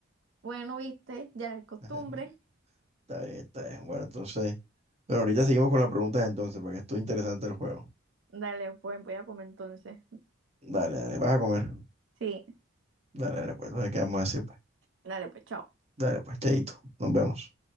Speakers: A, on the right; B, on the right.
A: Bueno, viste, ya
B: <laughs>
A: es costumbre.
B: Ajá, Está bien, está bien. Bueno, entonces, bueno, ahorita seguimos con las preguntas entonces, para que esto interesante el juego.
A: Dale, pues voy a comer entonces.
B: Dale, dale, vas a comer.
A: Sí,
B: Dale, dale, pues, nos quedamos así, pues.
A: dale, pues chao.
B: Dale, pues, chaito, nos vemos.